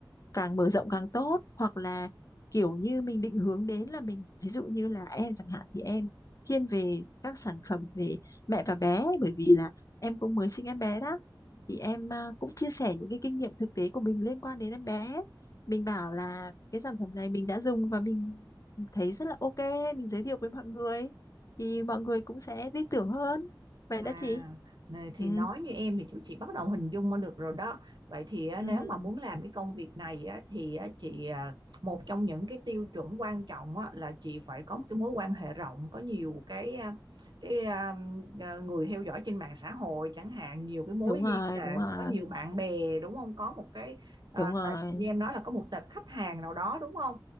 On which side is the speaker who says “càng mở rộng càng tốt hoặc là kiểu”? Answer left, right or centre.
Left